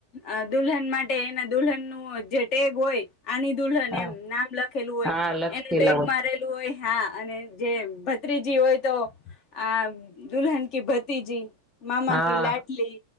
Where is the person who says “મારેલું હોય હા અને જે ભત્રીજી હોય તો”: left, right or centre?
Left